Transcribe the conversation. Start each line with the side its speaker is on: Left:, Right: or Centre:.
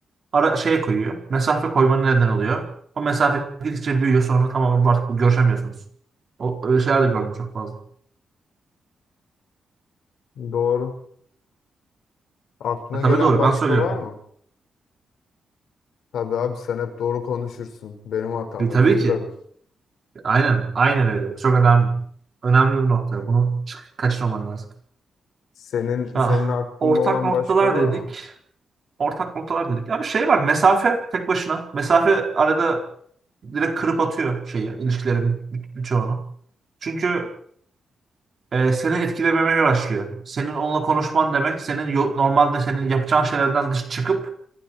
Right: ara, şey koyuyor. Mesafe koymanın neden oluyor. O mesafe gidikçe büyüyor sonra tamamen artık bu görüşemiyorsunuz. O öyle şeyler de gördüm çok fazla.
Left: Doğru. Aklına
Right: E, tabii
Left: gelen
Right: doğru
Left: başka
Right: ben söylüyorum.
Left: var mı? Tabii abi sen hep doğru konuşursun. Benim hatam,
Right: E, tabii
Left: özür dilerim.
Right: ki. Aynen aynen öyle. Çok önemli. Önemli bir nokta. Bunu kaçırmaman lazım.
Left: Senin
Right: Ah,
Left: senin aklında
Right: ortak
Left: olan
Right: noktalar
Left: başka var
Right: dedik.
Left: mı?
Right: Ortak noktalar dedik. Ya şey var. Mesafe tek başına. Mesafe arada direkt kırıp atıyor şeyi, ilişkilerin bir- birçoğunu. Çünkü e, seni etkilememeye başlıyor. Senin onunla konuşman demek, senin yo- normalde senin yapacağın şeylerden dış çıkıp